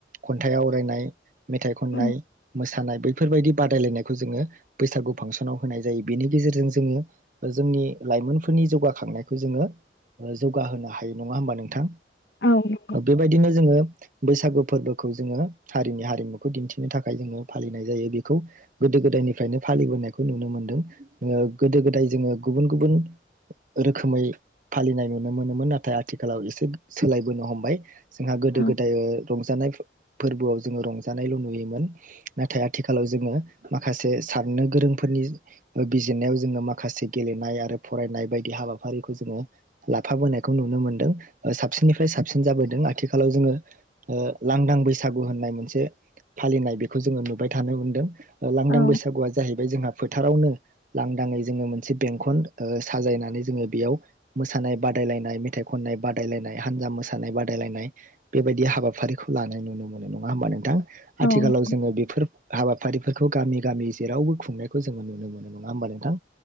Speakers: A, on the right; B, on the left.
A: खन्थाइ आवरायनाय मेथाइ खननाय
B: औ
A: मोसानाय बैफोरबायदि बादायलायनायखौ जोङो बैसागु फांसनाव होनाय जायो बेनि गेजेरजों जोङो जोंनि लाइमोनफोरनि जौगाखांनाय खौ जोङो जौगाहोनो हायो नङा होमबा नोंथां
B: औ नंगौ
A: बेबायदिनो जोङो बैसागु फोरबो खौ जोङो हारिनि हारिमुखौ दिन्थि नो थाखाय जोङो फालिनाय जायो बेखौ गोदो गोदायनि फ्रायनो फालिबोनायखौ नुनो मोन्दों ओ गोदो गोदाय जोङो गुबुन गुबुन रोखोमै फालिनाय नुनो मोनोमोन नाथाय आथिखालाव एसे सोलायबोनो हमबाय। जोंहा गोदो
B: औ
A: गोदाय। रंजानाय फो फोरबोआव जोङो रंजानायल' नुयोमोन नाथाय आथिखालाव जोङो माखासे साननो गोरोंफोरनि बिजिरनायाव जोङो माखासे। गेलेनाय आरो फरायनाय बायदि हाबाफारिखौ जोङो। लाफाबोनायखौ नुनो मोनदों ओ साबसिननिफ्राय साबसिन जाबोदों। आथिखालाव जोङो ओ लांदां बैसागु होननाय मोनसे फालिनाय बे खौ जोङो नुबाय थानो मोनदों लांदां
B: औ
A: बैसागुआ जाहैबाय जोंहा। फोथारावनो लांदाङै जोङो मोनसे बेंखन ओ साजायनानै जोङो बेयाव मोसानाय बादायलायनाय मेथाइ खननाय बादायलायनाय हान्जा मोसानाय बादायलायनाय बेबायदि हाबाफारिखौ लानाय नु नुनो मोनो नङा होमबा नोंथां। आथिखालाव
B: औ
A: जोङो बेफोर हाबा फारिफोरखौ गामि गामि। जेरावबो खुंनायखौ जोङो नुनो मोनो। नङा होमबा नोंथां।